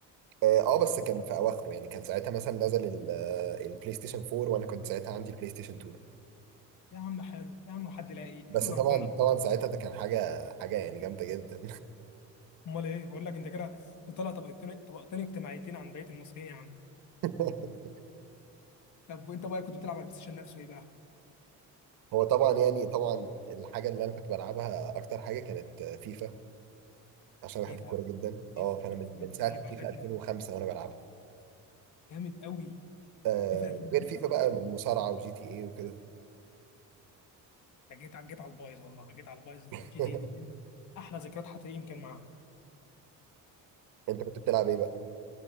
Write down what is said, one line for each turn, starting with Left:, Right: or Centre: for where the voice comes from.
Right: اه آه، بس كان في اواخره يعني كان ساعتها مثلا نزل ال- آه، البلاي ستيشن 4 وانا كنت ساعتها عندي البلاي ستيشن 2
Left: يا عم حلو يا عم حد لاقي
Right: بس
Left: احمد
Right: طبعا
Left: ربنا
Right: طبعا ساعتها ده كان حاجه حاجه يعني جامده جدا
Left: امال ايه بقول لك انت كده طالع طبقتين طبقتين اجتماعيتين عن بقيه المصريين يا عم
Right: <laughs>
Left: طب وانت بقى كنت بتلعب على البلاي ستيشن نفسه ايه بقى؟
Right: هو طبعا يعني طبعا الحاجه اللي انا كنت بلعبها اكتر حاجه كانت آه، فيفا عشان بحب
Left: ايه
Right: الكوره
Left: ده؟
Right: جدا
Left: في
Right: اه
Left: فيفا
Right: فانا من من ساعه
Left: حبيبي
Right: فيفا
Left: اوقات
Right: 2005 وانا بلعبها
Left: جامد قوي
Right: آه
Left: فيفا 2005
Right: غير فيفا بقى مصارعه وجي تي اي وكده
Left: ده جيت على جيت على البايظ والله جيت على البايظ
Right: <laughs>
Left: جي تي إيه دي أنا احلى ذكريات حتى يمكن معاها
Right: انت كنت بتلعب ايه بقى؟